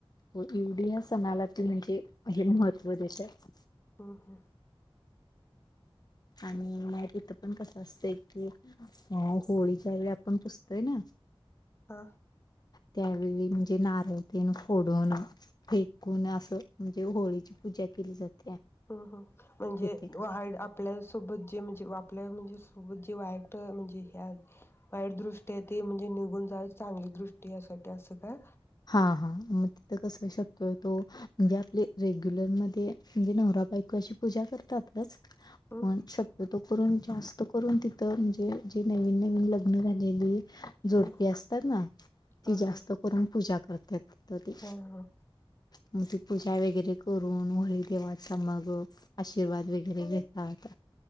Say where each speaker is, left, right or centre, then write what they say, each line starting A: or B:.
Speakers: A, on the left (about 45°); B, on the left (about 25°).
A: हो ऐवढी या सणाला म्हणजे हे महत्व देत्यात
B: हम्म हम्म
A: आणि तिथ पण कस असतय की अ होळीच्या वेळी आपण पुजतोय ना
B: ह
A: त्यावेळी म्हणजे नारळ तेन फोडून फेकून असं म्हणजे होळीची पूजा केली जाते
B: हम हम म्हणजे
A: इथे
B: वाड आपल्या सोबत जे म्हणजे आपल्या म्हणजे सोबत जे वाईट म्हणजे ह्या वाईट दृष्टी ती म्हणजे निघून जाव, चांगली दृष्टी यासाठी असं का
A: हा हा मग तिथं कस शकतोय तो म्हणजे आपले रेग्युलर मध्ये ते म्हणजे नवरा बायको अशी पूजा करतातच
B: हम्म
A: पण शक्यतो करून जास्त करून तिथं म्हणजे जी नवीन नवीन लग्न झालेली जोडपी
B: हम्म
A: असतात ना
B: हा
A: ती जास्त
B: हा
A: करून पूजा करतेत. ते
B: हा हा
A: म्हणजे पूजा वगैरे करून, होळी देवाचा मग आशीर्वाद वगैरे घेतात.